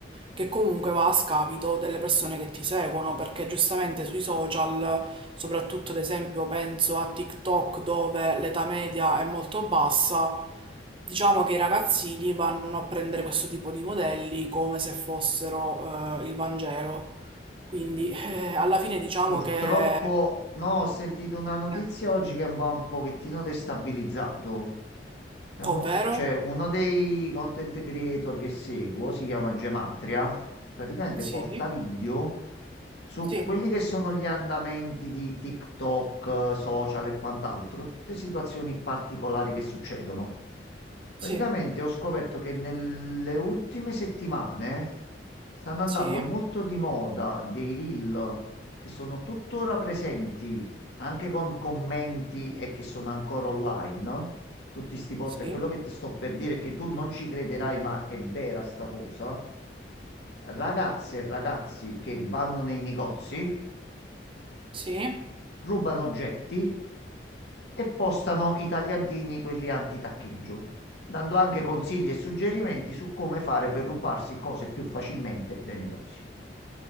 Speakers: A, on the right; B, on the left.
A: che comunque va a scapito delle persone che ti seguono, perché giustamente sui social, soprattutto ad esempio penso a TikTok dove l'età media è molto bassa, Diciamo che i ragazzini vanno a prendere questo tipo di modelli come se fossero eh, il Vangelo. Quindi eh, alla fine diciamo
B: Purtroppo,
A: che,
B: no, ho sentito una notizia
A: eh,
B: oggi che mi ha un pochettino destabilizzato. Siamo-
A: ovvero,
B: C'è uno dei content creator che seguo, si chiama Gematria, praticamente
A: sì,
B: porta video su
A: sì,
B: quelli che sono gli andamenti di TikTok, eh, social e quant'altro, tutte situazioni particolari che succedono. Praticamente
A: sì,
B: ho scoperto che nelle ultime settimane stanno andando
A: sì,
B: molto di moda dei reel che sono tuttora presenti anche con commenti e che sono ancora online tutti sti posti.
A: sì,
B: E quello che ti sto per dire è che tu non ci crederai, ma è vera sta cosa. Ragazze e ragazzi che vanno nei negozi,
A: sì,
B: rubano oggetti e postano i tagliantini, quelli anti-taccheggio, dando anche consigli e suggerimenti su come fare per rubarsi cose più facilmente dai negozi.